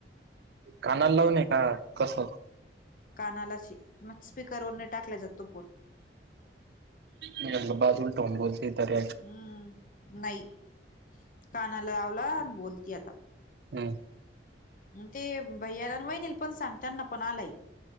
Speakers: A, on the right; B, on the left.
A: कानाला लाव न का कसं.
B: कानाला म स्पीकर वर नाही टाकला जातातो फोन.
A: म्हटलं बाजूला ठेवून बोलते. तेतर
B: हम्म नाही कानाला लावला आणि बोलती आता.
A: हम्म
B: भैय्याला आणि वहिनीला पण सांग त्यांना पण आलंय.